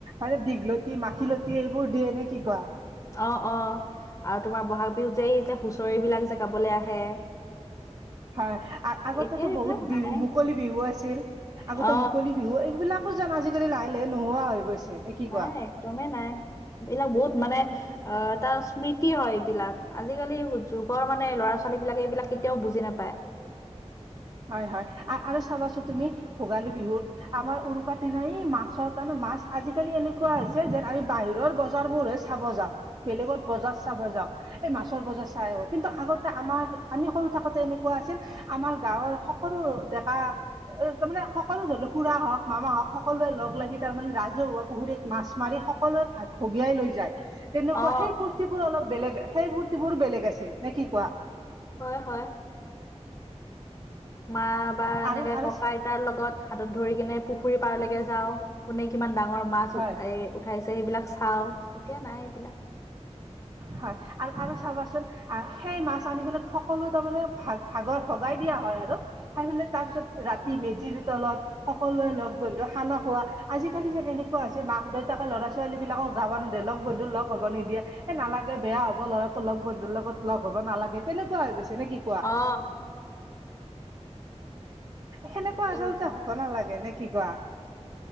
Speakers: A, on the right; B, on the left.
A: আৰে দীঘলতি মাখিলতি এইবোৰ দিয়ে নে কি কোৱা?
B: অ অ আৰু তোমাৰ বহাগ বিহুত যে এই যে হুচৰি বিলাক যে গাবলে আহে।
A: হয়, আ আগতেতো
B: এতিয়া এইবিলাক
A: বহুত বিহু
B: নাই
A: মুকলি বিহু আছিল। আগতে
B: অ
A: মুকলি বিহু এইবিলাকো যেন আজি কালি লাহে লাহে নোহোৱা হৈ গৈছে। নে কি
B: নাই
A: কোৱা
B: একদমেই নাই। এইবিলাক বহুত মানে আ এটা স্মৃতি হয় এইবিলাক, আজিকালি যুগৰ মানে ল'ৰা -ছোৱালীবিলাক এইবিলাক কে তেওঁ বুজি নাপায়।
A: হয় হয়, আ আৰু চাবাচো তুমি ভোগালী বিহুত আমাৰ উৰুকা দিনা মাছৰ তানো মাছ আজিকালি এনেকুৱা হৈছে যে আমি বাহিৰৰ বজাৰবোৰহে চাব যাওঁ, বেলেগত বজাৰ চাব যাওঁ। এই মাছৰ বজাৰ চাই আহোঁ কিন্তু আমি সৰু থাকোঁতে এনেকুৱা আছিল, আম- গাঁৱৰ সকলো ডেকা এ তাৰ মানে সকলো ধৰি লওক খুৰা হওক মামা হওক। সকলোৱে লগ লাগি তাৰমানে ৰাজহুৱা পুখুৰীত মাছ মাৰি সকলোৱে ভাত ভগিয়াই লৈ যায়। তেনেকুৱা
B: অ
A: সেই ফূৰ্তিবোৰ অলপ বেলেগ সেই ফূৰ্তিবোৰ বেলেগ আছিল নে কি কোৱা।
B: হয় হয়। মা বা এনেকে
A: আৰু আৰু
B: ককা আইতাৰ লগত সাধ- ধৰি কেনে পুখুৰী পাৰলৈকে যাও কোনে কিমান ডাঙৰ মাছ
A: হয়
B: এ উঠাইছ- সেইবিলাক চাও এতিয়া নাই এইবিলাক।
A: হয় আৰু আৰু চাবাচোন। সেই মাছ আনি পেলাই সকলো তাৰ মমানে ভ ভাগ ভগাই দিয়া হয় আৰু খাই পেলাই তাৰ পিছত। ৰাতি মেজিৰ তলত সকলোৱে লগ বন্ধু খানা খোৱা আজিকালি যে তেনেকুৱা আ হৈছে মাক দেউতাকে ল'ৰা ছোৱালীবিলাকক যাব নিদিয়ে লগ বন্ধু লগ হ'ব নিদিয়ে। এ নালাগে বেয়া হ'ব ল'ৰাটো লগ বন্ধুৰ লগত লগ হব নালাগে। তেনেকুৱা হৈ গৈছে নে কি কোৱা?
B: অ
A: সেনেকুৱা
B: ঠিকেই
A: আচলতে
B: কৈছা
A: হব নালাগে নে কি কোৱা?